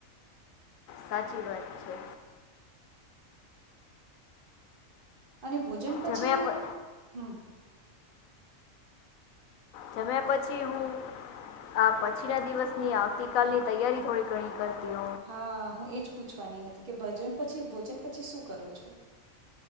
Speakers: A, on the left (about 80°); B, on the right (about 45°).
A: સાચી વાત છે.
B: અને ભોજન પછી
A: જમ્યા પ
B: હમ્મ
A: જમ્યા પછી હું આ પછી ના દિવસની આવતી કાલની તૈયારી થોડી ઘણી કરતી હોય.
B: હા હું એજ પૂછવાની હતી, કે ભજન પછી ભોજન પછી શું કરો છો?